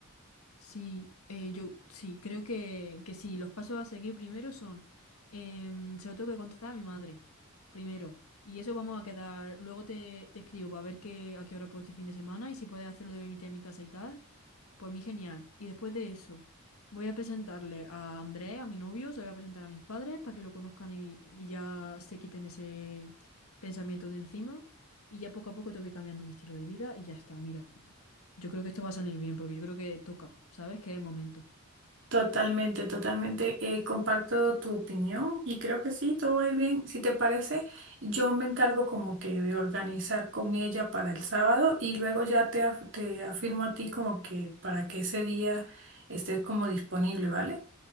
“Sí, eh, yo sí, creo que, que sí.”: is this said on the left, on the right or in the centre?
Left